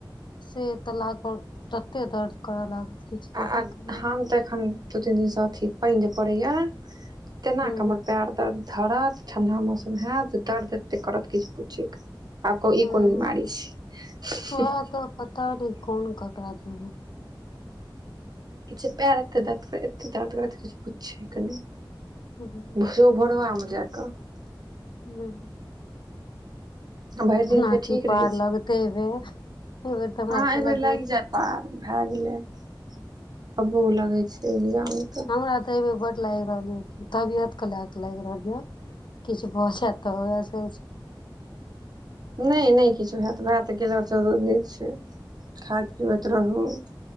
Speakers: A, on the left; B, on the right.
A: से त लागल तते दर्द करऽ लागल किछु कहै
B: आ
A: के नहि
B: हम तऽ एखन दू तीन दिन अथी पानी जे पड़ेय त तेना
A: हूँ
B: कमर पैर दर्द धरत ठण्डा मौसम हयत दर्द एते करत किछु पूछु आब कहु
A: हूँ
B: ई कोन बीमारी छै
A: वएह तऽ पता नहि कोन ककरा देबै
B: किछु पैर एते दर्द कर एते दर्द करै किछु पुछ के नहि
A: हुँ
B: जे भोरवामे जााकऽ
A: हू
B: भरि
A: केना
B: दिन फेर ठीक
A: की पार
B: रहै छै
A: लगतै एहि बेर एहि बेर तऽ हमरा
B: हँ एहि
A: त
B: बेेर
A: ल
B: लागि जाय पार भए गेले तो अबुह लगे छै एग्जाम के
A: हमरा तऽ एबेर बड लागि रहल यै तबियत के ल के लागि रहल यै किछु बहुत जैत त होय से
B: नहि नहि किछो हैत भए तऽ गेल दिन छै खाइत पीबैत रहू